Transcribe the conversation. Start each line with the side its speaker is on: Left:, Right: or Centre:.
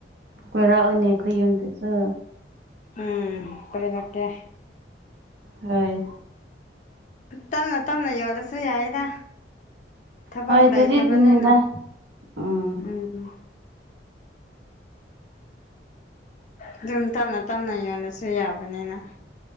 Right: ꯀꯣꯏꯔꯥꯛ ꯑꯣꯏꯅꯅꯦ ꯑꯩꯈꯣꯏ ꯌꯨꯝꯗꯁꯨ
Left: ꯎꯝ ꯄꯩꯔꯛꯀꯦ꯫
Right: ꯍꯣꯏ꯫
Left: ꯇꯞꯅ ꯇꯞꯅ ꯌꯣꯜꯂꯁꯨ ꯌꯥꯏꯗ꯫ ꯊꯕꯛ
Right: ꯍꯣꯏ ꯑꯗꯨꯗꯤ
Left: ꯂꯩꯇꯕꯅꯤꯅ
Right: ꯑꯗꯨꯅꯤꯗ ꯎꯝ
Left: ꯎꯝ꯫ ꯑꯗꯨꯨꯝ ꯇꯞꯅ ꯇꯞꯅ ꯌꯣꯟꯂꯁꯨ ꯌꯥꯕꯅꯤꯅ